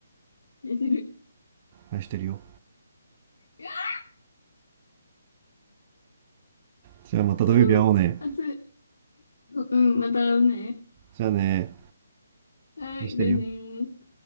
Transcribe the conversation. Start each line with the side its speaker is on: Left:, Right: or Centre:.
Left: 聞いてる。
Right: 愛してるよ。
Left: あ、
Right: じゃあまた土曜日会おうね。
Left: もう、熱い。うん、うんまた会うね。
Right: じゃあね。
Left: はい、
Right: 愛してるよ。
Left: じゃあねー。